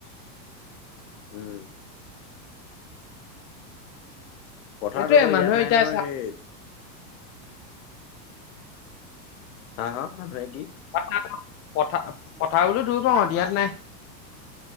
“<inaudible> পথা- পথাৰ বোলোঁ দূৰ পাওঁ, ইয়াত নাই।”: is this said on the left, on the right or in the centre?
Left